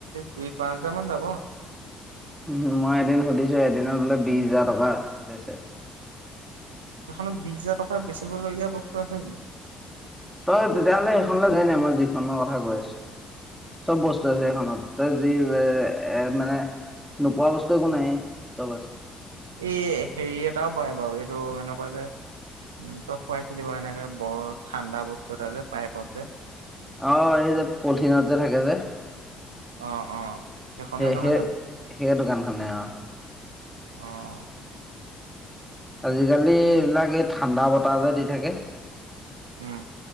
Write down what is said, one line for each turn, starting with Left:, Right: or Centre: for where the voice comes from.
Right: দুই পাঁচ হাজাৰ মান যাব।
Centre: উ মই এদিন সুধিছো এদিনত বোলে বিশ হোজাৰ টকা বেচ।
Right: এখনত বিশ হাজাৰ টকা বেচিবলগীয়া বস্তু আছে নেকি।
Centre: তই তেতিয়াহ'লে সেইখন যায় ন মই যিখনৰ কথা কৈ আছো। চব বস্তু আছে সখনত তই যি এ এ মানে। নোপোৱা বস্তু একো নাই চব আছে।
Right: এই হেৰি এটাও পায় বাৰু এইটো এনেকুৱা যে। উম তই খুৱাইছিলি বাও এনেকে বৰ ঠাণ্ডা বস্তু এটা যে পাইপত যে।
Centre: অহ এই যে পলথিন যে থাকে যে।
Right: অ অ সেইখনে
Centre: সেই
Right: নহয়
Centre: সেই
Right: জানো
Centre: সেই দোকানখনে আও।
Right: অহ।
Centre: আজিকালি এইবিলাক এই ঠাণ্ডা বতাহ যে দি থাকে।
Right: উম